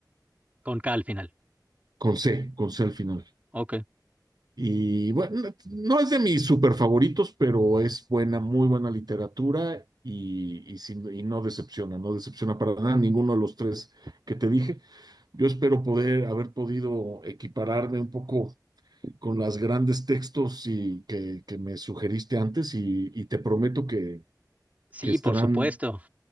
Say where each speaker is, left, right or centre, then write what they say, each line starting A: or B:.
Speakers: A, on the right; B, on the right.
A: Con K al final.
B: con C, con C al final.
A: Ok.
B: Y bueno, no es de mis super favoritos, pero es buena, muy buena literatura y, y, sin- y no decepciona, no decepciona para nada ninguno de los tres que te dije. Yo espero poder haber podido equipararme un poco con las grandes textos y que, que me sugeriste antes y, y te prometo que,
A: Sí,
B: que estarán,
A: por supuesto.